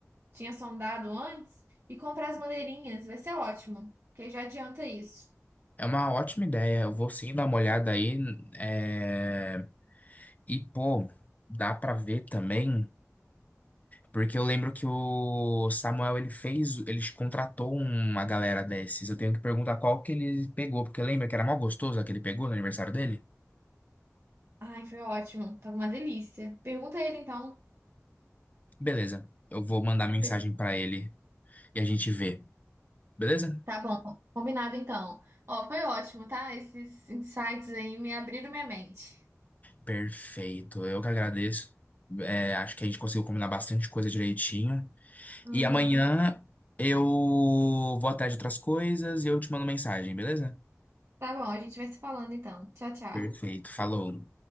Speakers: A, on the right; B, on the left.
A: tinha sondado antes e comprar as bandeirinhas, vai ser ótimo, que aí já adianta isso.
B: É uma ótima ideia. Eu vou sim dar uma olhada aí. é, E, pô, dá pra ver também. Porque eu lembro que o Samuel, ele fez, ele contratou uma galera desses. Eu tenho que perguntar qual que ele pegou, porque lembra que era mó gostoso a que ele pegou no aniversário dele?
A: Ai, foi ótimo, tava uma delícia. Pergunta a ele então.
B: Beleza. Eu vou mandar mensagem
A: Per-
B: pra ele e a gente vê. Beleza?
A: Tá bom, combinado então. Ó, foi ótimo, tá? Esses insights aí me abriram minha mente.
B: Perfeito. Eu que agradeço. É, acho que a gente conseguiu combinar bastante coisa direitinho.
A: Uhum.
B: E amanhã eu vou atrás de outras coisas e eu te mando mensagem, beleza?
A: Tá bom, a gente vai se falando então. Tchau, tchau.
B: Perfeito, falou.